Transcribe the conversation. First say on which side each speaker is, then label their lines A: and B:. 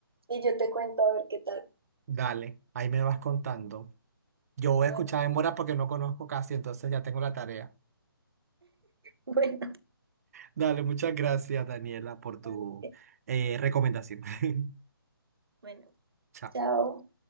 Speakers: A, on the right (about 80°); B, on the right (about 40°).
A: Y yo te cuento a ver qué tal.
B: Dale, ahí me vas contando. Yo voy
A: Bueno,
B: a escuchar en mora porque no conozco casi, entonces ya tengo la tarea.
A: <laughs> bueno,
B: Dale, muchas gracias, Daniela, por tu
A: ok,
B: eh, recomendación. <laughs>
A: bueno,
B: Chao.
A: chao.